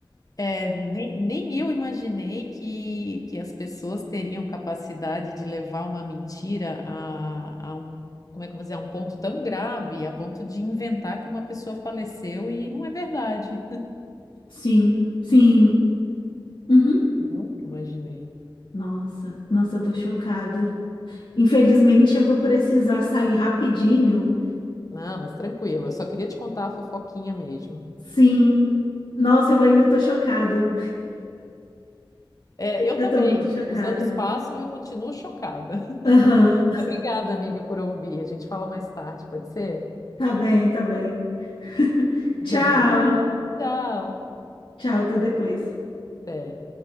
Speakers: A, on the left; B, on the left.
A: É, nem, nem eu imaginei que, que as pessoas teriam capacidade de levar uma mentira a, a um, como é que eu vou dizer, a um ponto tão grave, a ponto de inventar que uma pessoa faleceu e não é verdade.
B: Sim, sim. Uhum.
A: <laughs> Nunca imaginei.
B: Nossa, nossa, eu tô chocada. Infelizmente, eu vou precisar sair rapidinho.
A: Não, mas tranquilo, eu só queria te contar a fofoquinha mesmo.
B: Sim. Nossa, eu ainda tô chocada.
A: É, eu
B: Eu
A: também.
B: tô muito chocada.
A: Os anos passam e eu continuo chocada. <laughs>
B: Aham.
A: Mas Obrigada, amiga, por ouvir. A gente fala mais tarde, pode ser?
B: Tá bem, tá bem. <laughs>
A: <laughs>
B: Tchau.
A: Tchau.
B: Tchau, até depois.
A: Até.